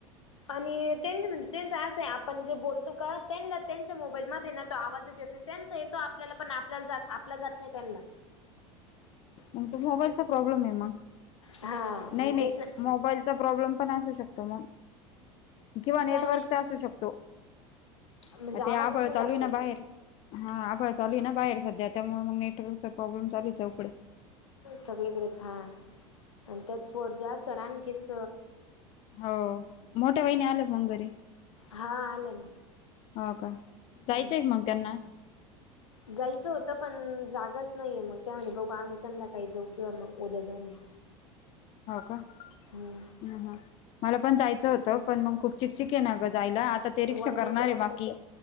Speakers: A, on the left; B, on the left.
A: आणि त्यां म्हणजे त्यांच असं आहे आपण जे बोलतो का त्यांनला त्यांच्या मोबाईलमध्ये ना तो आवाजचं येत त्यांचा येतो आपल्याला पण आपल्याला जात आपला जात नाही त्यांनला.
B: मग तो मोबाईलचा प्रॉब्लेम आहे मंग.
A: हा
B: नाही
A: मग
B: नाही
A: तेच ना
B: मोबाईलचा प्रॉब्लेम पण असू शकतो मंग. किंवा
A: काय
B: नेटवर्कचा
A: माहित
B: असू शकतो.
A: म्हणजे
B: आता
A: आवाजच
B: हे आभळ
A: नाही
B: चालू
A: जातोय
B: आहे ना बाहेर हा आभळ चालू आहे ना बाहेर सध्या त्यामुळे मग नेट वर्कचा प्रॉब्लेम चालये चहूकडे.
A: सगळीकडेच हा आणि त्यात फोरजी ला तर आणखीच
B: हो मोठ्या वहिनी आल्या का मंग घरी??
A: हा आल्या ना.
B: हाव का.
A: हम्म...
B: जायचंय का मग त्यांना
A: जायचं होतं पण जागाच नाहीये मग त्या न्हणे बघू आम्ही संध्याकाळी जाऊ किंवा मग उद्या जाऊ म्हणे.
B: हाव का..
A: हम्म
B: ह ह... मला पण जायचं होतं पण मग खूप चिकचिकके ना गं जायला आता ते रिक्षा
A: वल्याचं
B: करणारे बाकी